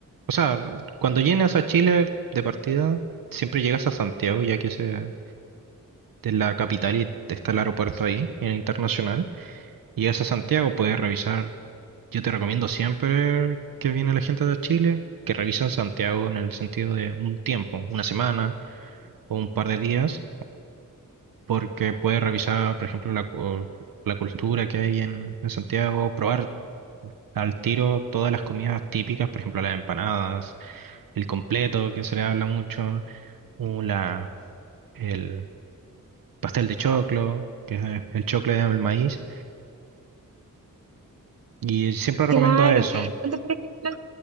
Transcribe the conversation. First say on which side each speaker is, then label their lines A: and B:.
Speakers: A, on the right; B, on the right.
A: O sea, cuando llegas a Chile de partida, siempre llegas a Santiago, ya que ese es eh, la capital y está el aeropuerto ahí, el internacional. Llegas a Santiago, puedes revisar. Yo te recomiendo siempre que viene la gente de Chile, que revisen Santiago en el sentido de un tiempo, una semana o un par de días, porque puedes revisar, por ejemplo, la, cu- la cultura que hay en en Santiago, probar al tiro todas las comidas típicas, por ejemplo, las empanadas, el completo, que se le habla mucho, o la, el pastel de choclo, que es eh, el choclo de el maíz, y siempre recomiendo
B: Claro.
A: eso.
B: Entonces, por ejemplo,